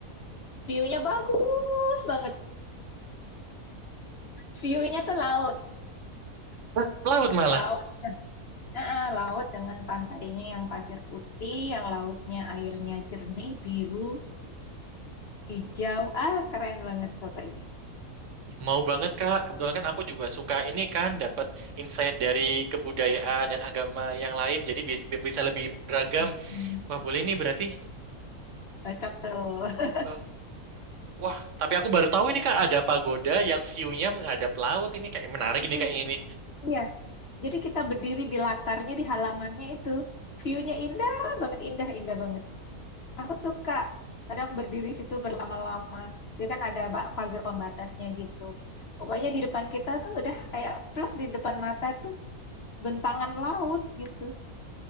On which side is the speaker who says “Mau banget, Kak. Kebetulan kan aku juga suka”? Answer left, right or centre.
Right